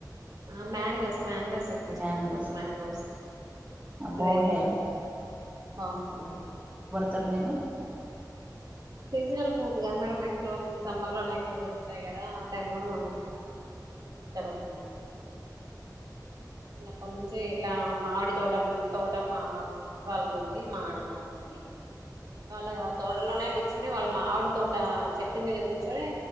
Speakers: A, on the right (about 60°); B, on the right (about 20°).
A: ఆ మ్యాంగోస్ మ్యాంగోస్ ఎక్కువ ఇష్టం
B: మ్యాంగోస్
A: మేడం మ్యాంగోస్ గ్రేప్స్
B: బాగుంటాయా
A: ఊ బాగుంటయి మేడం
B: తరు మీరు
A: సీజనల్ ఫ్రూట్ కదా మేడం ఎక్కువ మనకి సమ్మర్ లోనే ఎక్కువ దొరుకుతాయి కదా ఆ టైం లోనే మనం ఎక్కువ తింటనికి ఇష్టపడతననమాట చిన్నప్పనుంచే ఇట్లా మామిడి తోట తోట మా ఫ్రెండ్ వాళ్ళక్ ఉంది మా ఆంటి వాళ్ళకి వాళ్ళ తోటలోనే ర్చని వాళ్ళ మావిడి తోట చెట్టు మీద కూర్చొని